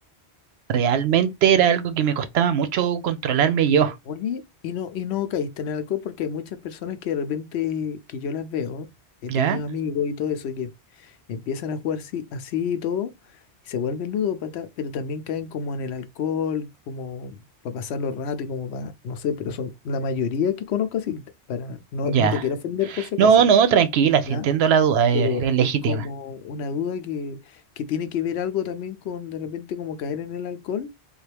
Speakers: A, on the right; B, on the left.
A: realmente era algo que me costaba mucho controlarme yo,
B: Oye, y no, y no caíste en el alcohol porque hay muchas personas que de repente, que yo las veo, he tenido
A: ¿ya?
B: amigos y todo eso, que empiezan a jugar así, así y todo, y se vuelven ludópatas, pero también caen como en el alcohol, como para pasarlo rato y como para, no sé, pero son la mayoría que conozco así, para, no,
A: Ya.
B: no te quiero ofender por si acaso,
A: No, no, tranquila, si
B: ¿ya?
A: entiendo la duda,
B: pero
A: es es legítima.
B: es como una duda que, que tiene que ver algo también con de repente como caer en el alcohol.